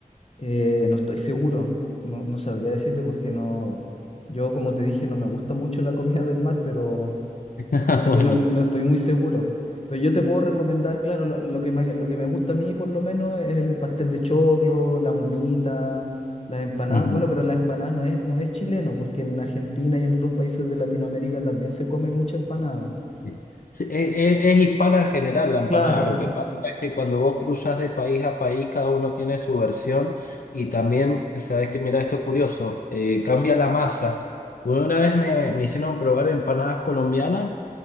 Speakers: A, on the left; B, on the left.
A: Eh, no estoy seguro, no, no sabría decirte porque no, yo como te dije no me gusta mucho la comida del mar, pero
B: <laughs>
A: así
B: Bueno.
A: que no, no- no estoy muy seguro. Pero yo te puedo recomendar, claro, lo, lo que me, lo que me gusta a mí por lo menos es el pastel de choclo, las humitas, las empanadas.
B: Ujú.
A: Bueno, pero las empanadas no es, no es chileno, porque en Argentina y en otros países de Latinoamérica también se come mucha empanada.
B: Sí. Sí, e- e- Es, hispana en general la empanada.
A: Claro,
B: Lo que pasa es que cuando vos cruzas de país a país, cada uno tiene su versión y también, sabes que mira esto es curioso, eh, cambia la masa. Bueno, Una vez me, me hicieron probar empanadas colombianas